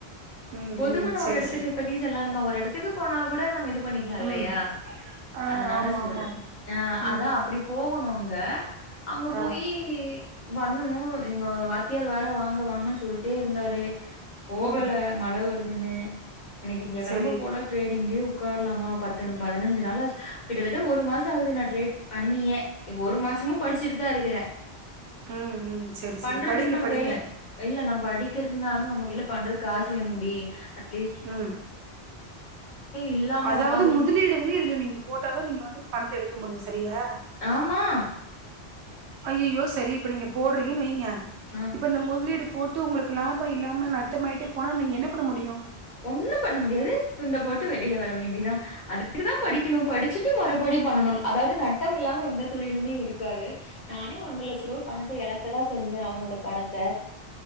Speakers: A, on the right (about 85°); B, on the left (about 45°).
A: ம்
B: பொதுவாண
A: ம் செரி
B: ஒரு எடத்துக்கு
A: செரி
B: பத்தி சொல்லா நம்ம ஒரு எடத்துக்கு போனாலு கூட நம்ம இது பண்ணிக்கலா இல்லையா
A: ம் ஆ
B: அதனால
A: ஆமா
B: சொல்றே
A: ஆமா ஆமா
B: ஆ அதா
A: ம்
B: அப்படி போகணு அங்க அங்க போயி
A: ஆ
B: பண்ணணு இங்க வாத்தியார் வேற வாங்க வாங்கனு சொல்ட்டே இருந்தாரு போகல
A: ம்
B: மழ வ வருதுனு இனி திங்க கெளமா
A: செரி
B: போனா ட்ரெயினிங்கு உக்கார்லாமா பத்து பதினஞ்சு நாளாச்சு நாள் ஆச்சு கிட்டத்தட்ட ஒரு மாசோ ஆகுது நா ட்ரேட் பண்ணியே ஒரு மாசமு படிச்சுட்டு தா இருக்கறே
A: ம் ம் செரி
B: பண்றதுக்கு
A: செரி படிங்க
B: நம்ம
A: படிங்க
B: கையில இல்ல நா படிக்கிர் இருந்தாலு நம்ம கையில பண்றக்கு காசு வேணும்டி அட்
A: ம்
B: இல்லாம
A: அதாவது
B: உட்காந்துகிட்டு
A: முதலீடு வந்து இதுல நீங்க போட்டாதா நீங்க வந்து பணத்த எடுக்க முடியு சரியா
B: ஆமா
A: ஐயையோ சரி இப்போ நீங்க போடுறீங்கனு வெயிங்க
B: ஆ.
A: இப்பந்த முதலீடு போட்டு உங்களுக்கு லாபோ இல்லாம நட்டமாயிட்டே போனா நீங்க என்ன பண்ண முடியு
B: ஒண்ணு பண்ண முடியாது துண்ட போட்டு வெளியில வர வேண்டியிதா அதுக்குதா படிக்கணு படிச்சுட்டு மொறபடிபண்ணணு அதாவது நட்டம் இல்லாம எந்த தொழிலுமே இருக்காது நானே ஒன்ரை லட்ச ரூபா பணத்தை எழக்கதா செஞ்சே அவனோட பணத்த